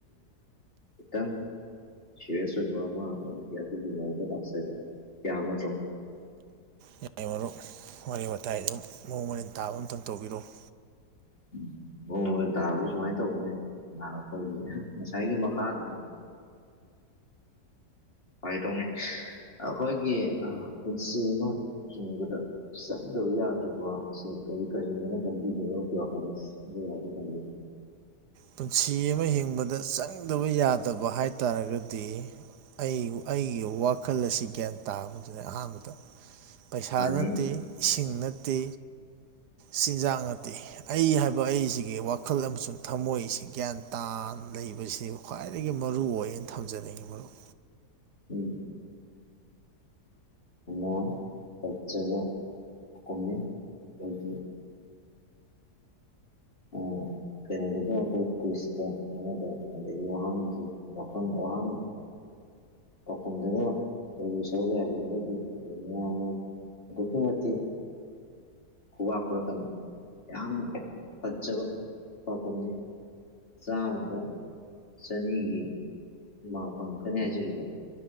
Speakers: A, on the left; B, on the right.
A: ꯏꯇꯪ ꯁꯤꯦꯔꯦꯁꯣꯏꯕ ꯃ ꯃ ꯂꯥꯛꯁ ꯀꯌꯥꯅꯠꯇꯣ <unintelligible>
B: ꯌꯥꯏ ꯃꯔꯨꯞ ꯋꯥꯔꯤ ꯋꯥꯇꯥꯏ ꯑꯗꯨꯝ ꯃꯑꯣꯡ ꯃꯟ ꯇꯥꯕ ꯑꯝꯇꯪ ꯇꯧꯕꯤꯔꯛꯎ
A: ꯎꯝ ꯃꯑꯣꯡ ꯑꯣꯏꯅ ꯇꯥꯕꯁ ꯁꯨꯃꯥꯏꯅ ꯇꯧꯕꯅꯦ ꯑꯩꯈꯣꯏꯒꯤ ꯉꯁꯥꯏꯒꯤ ꯃꯈꯥꯗꯅꯤ <unintelligible> ꯐꯒꯤ ꯇꯧꯅꯦ ꯑꯩꯈꯣꯏꯒꯤ ꯄꯨꯟꯁꯤ ꯑꯃ ꯍꯤꯡꯕꯗ ꯆꯪꯗꯕ ꯌꯥꯗ꯭ꯔꯕ ꯀꯔꯤ ꯀꯔꯤꯅꯦꯅ ꯈꯟꯕꯤꯒ‌ꯦ ꯃꯔꯨꯞꯀꯤ ꯋꯥꯈꯜꯗ <unintelligible> ꯊꯝꯕꯤꯌꯨꯅ‌ꯦ
B: ꯄꯨꯟꯁꯤ ꯑꯃ ꯍꯤꯡꯕꯗ ꯆꯪꯗꯕ ꯌꯥꯗꯕ ꯍꯥꯏꯇꯥꯔꯒꯗꯤ ꯗꯤ ꯑꯩ ꯑꯩꯒꯤ ꯋꯥꯈꯜ ꯑꯁꯤ ꯒ꯭ꯌꯥꯟ ꯇꯥꯕꯗꯨꯅꯤ ꯑꯍꯥꯟꯕꯗ ꯄꯩꯁꯥ
A: ꯃꯥꯅꯤ
B: ꯅꯠꯇꯦ ꯏꯁꯤꯡ ꯅꯠꯇꯦ ꯆꯤꯟꯖꯥꯛ ꯅꯠꯇꯦ ꯑꯩ ꯍꯥꯏꯕ ꯑꯩꯁꯤꯒꯤ ꯋꯥꯈꯜ ꯑꯃꯁꯨꯡ ꯊꯝꯃꯣꯏ ꯑꯩꯁꯤ ꯒ꯭ꯌꯥꯟ ꯇꯥ ꯂꯩꯕꯁꯤ ꯈ꯭ꯋꯥꯏꯗꯒꯤ ꯃꯔꯨꯑꯣꯏꯅ ꯊꯝꯖꯅꯤꯡꯉꯤ ꯃꯔꯨꯞ
A: ꯎꯝ ꯑ ꯀꯆꯒ <unintelligible> ꯀꯃꯤ ꯂꯩ <unintelligible> ꯑꯣꯝ ꯀꯩꯅꯣꯗꯒ ꯑꯩꯈꯣꯏ ꯀꯨꯏꯁꯇ ꯑꯃꯗ ꯑꯗꯒꯤ ꯋꯥꯍꯪꯒꯤ ꯋꯥꯥꯐꯝ ꯋꯥꯍꯪ ꯄꯥꯎꯈꯨꯝꯗꯒ ꯈ‌ꯣꯏꯒꯤ ꯁ‌ꯣꯏꯕ ꯌꯥꯗ‌ꯦꯒ <unintelligible> ꯑꯗꯨꯛꯀꯤ ꯃꯇꯤꯛ ꯈꯨꯕꯥꯛ ꯈꯨꯔꯛꯀꯅꯤ ꯌꯥꯝꯅ ꯐꯖꯕ ꯄꯥꯎꯈꯨꯝꯅꯤ ꯆꯥꯝꯃꯗ ꯆꯅꯤꯒꯤ ꯃꯥꯛ ꯐꯪꯉꯛꯀꯅꯦ ꯍꯥꯏꯖꯔꯤꯕ